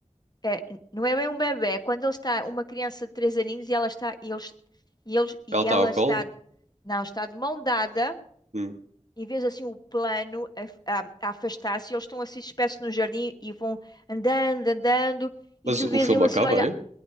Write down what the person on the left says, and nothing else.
É, não é bem um bebê, é quando ele está, uma criança de três aninhos e ela está, e eles, e eles, e
ela
está, não, está de mão dada
e vês assim o plano a, a- a afastar-se, e eles estão assim espécie no jardim e vão andando, andando, e
tu
vês
ele assim,
olha,